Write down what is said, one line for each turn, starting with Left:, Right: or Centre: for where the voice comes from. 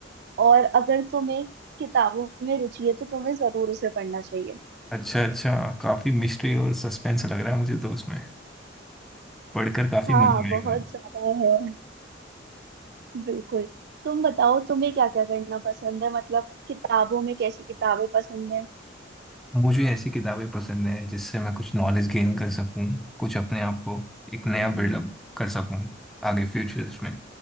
Right: और अगर तुम्हें किताबों में रुचि है तो तुम्हें जरूर उसे पढ़ना चाहिए
Centre: अच्छा अच्छा काफी मिस्ट्री और सस्पेंस लग रहा है मुझे तो उसमें पढ़कर काफी
Right: हाँ
Centre: मजा
Right: बहुत
Centre: आएगा
Right: ज्यादा है बिल्कुल तुम बताओ तुम्हें क्या क्या करना पसंद है मतलब किताबों में कैसी किताबें पसंद है
Centre: मुझे ऐसी किताबें पसंद हैं जिससे मैं कुछ नॉलेज गेन कर सकूं कुछ अपने आप को एक नया बिल्डअप कर सकूं आगे फ्यूचर्स में